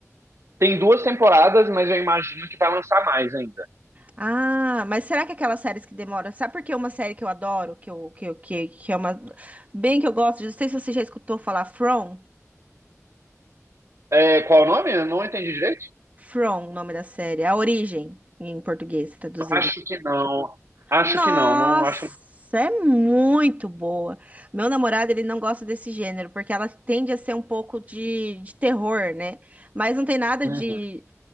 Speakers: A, on the right; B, on the right.
A: Tem duas temporadas, mas eu imagino que vai lançar mais ainda.
B: Ah, mas será que aquelas séries que demoram? Sabe por que uma série que eu adoro, que, eu, que, eu- que, que é uma. Bem que eu gosto, não sei se você já escutou falar From.
A: É, qual o nome? Eu não entendi direito.
B: From, o nome da série. A Origem, em português, traduzindo.
A: Acho que não. Acho
B: Nossa,
A: que não. Não acho.
B: é muito boa. Meu namorado, ele não gosta desse gênero, porque ela tende a ser um pouco de, de terror, né? Mas não tem nada
A: Uhum.
B: de.